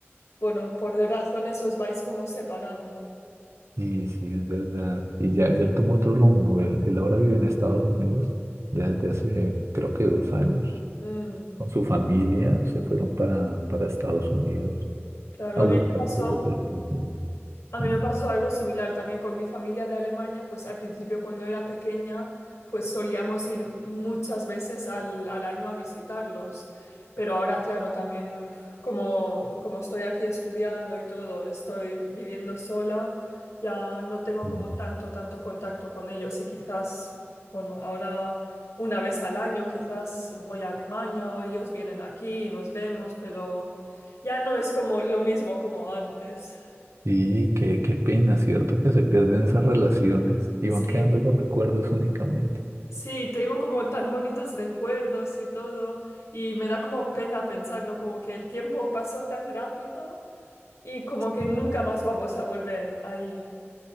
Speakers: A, on the left (about 90°); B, on the right (about 75°).
A: bueno, por razones os vais como separando.
B: Sí, sí, es verdad. Y ya, ya él tomó otro rumbo. Él, él ahora vive en Estados Unidos ya desde hace, creo que dos años.
A: Mm,
B: Con su familia se fueron para, para Estados Unidos
A: claro,
B: a
A: a
B: buscar
A: mí me pasó.
B: pues, otros horizontes.
A: A
B: Mm,
A: mí me pasó algo similar también con mi familia de Alemania, pues al principio cuando era pequeña, pues solíamos ir muchas veces al, al año a visitarlos. Pero ahora, claro, también como, como estoy aquí estudiando y todo, estoy viviendo sola, ya no tengo
B: mm.
A: como tanto, tanto contacto con ellos y quizás, bueno, ahora una vez al año quizás voy a Alemania o ellos vienen aquí y nos vemos, pero ya no es como lo mismo como antes.
B: Sí, qué, qué pena, ¿cierto? Que se pierden esas relaciones y
A: Sí.
B: van quedando los recuerdos únicamente.
A: Sí, tengo como tan bonitos recuerdos y todo, y me da como pena pensarlo, como que el tiempo pasó tan rápido y como que
B: Mm.
A: nunca más vamos a volver ahí.